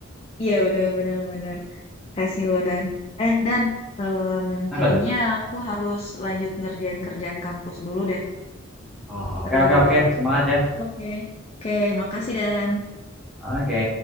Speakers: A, on the left; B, in the centre.
A: Iya benar-benar benar. benar, benar. Kasih lo Dan. Eh Dan, em,
B: Apa
A: kayaknya
B: tuh?
A: aku harus lanjut ngerjain kerjaan kampus dulu deh.
B: Oh, oke,
A: Eh,
B: oke, oke. Semangat ya.
A: oke, oke. Oke, makasih Dan.
B: Oke.